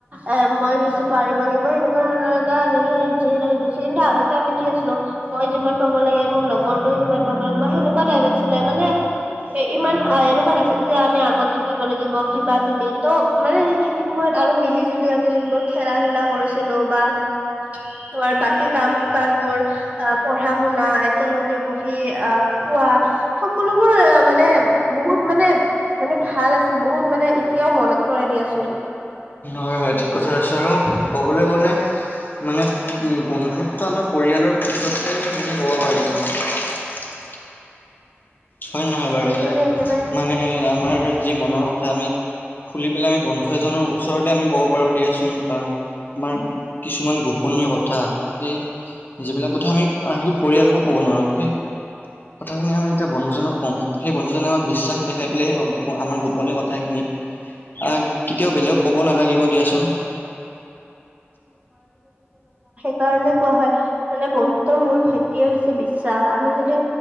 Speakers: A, on the right; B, on the left.
A: এ মই বেছি পাৰিব লাগিব সেনেকুৱা ধৰণৰ এটা সেই জেদ আহি গৈছে কিন্তু আগতে আমি কি আছিলোঁ মই যিমান পাব লাগে মোৰ লগৰটোও সিমান পাব লাগিব সেনেকুৱা টাইপ আছিলে মানে। ইমান এনেকুৱা নাছিল যে আমি আগত থাকিব লাগিব কিবা কিবি ত' মানে সেইখিনি সময়ত আৰু মিলি-জুলি আমি যোনবোৰ খেলা-ধূলা কৰিছিলো বা ত', আৰু বাকী কাম-কাজ বোৰ অ', পঢ়া-শুনা একেলগে বহি আ, খোৱা সকলোবোৰ মানে বহুত মানে মানে ভাল আছিল বহুত মানে এতিয়াও মনত পৰে দিয়াচোন।
B: হয় হয় ঠিক কথা কৈছো আৰু ক'বলৈ গ'লে মানে বন্ধুত্ব আমাৰ পৰিয়ালৰ পিছতেই বুলি ক'ব পাৰি। হয় নহয় বাৰু যে
A: তুমি একেবাৰে
B: মানে আমাৰ যি মনৰ কথা আমি খুলি পেলাই বন্ধু এজনৰ ওচৰতে আমি ক'ব পাৰো দিয়াচোন কাৰণ আমাৰ কিছুমান গোপনীয় কথা সেই যিবিলাক কথা আমি আনকি পৰিয়ালকো ক'ব নোৱাৰো, সেই কথাখিনি আমি এতিয়া বন্ধুজনক কম সেই বন্ধুজনে আমাক বিশ্বাস দেখাই পেলাই সেই আমাৰ গোপনীয় কথাখিনি আ, কেতিয়াও বেলেগক ক'ব নালাগিব দিয়াচোন।
A: কাৰণে কোৱা হয় মানে বন্ধুত্বৰ মূল সেতিয়ে হৈছে বিশ্বাস আমি যদি